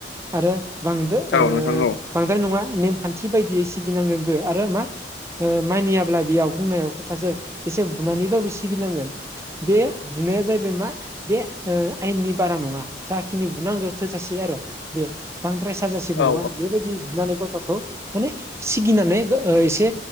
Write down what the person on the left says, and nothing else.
औ नोंथां औ
औ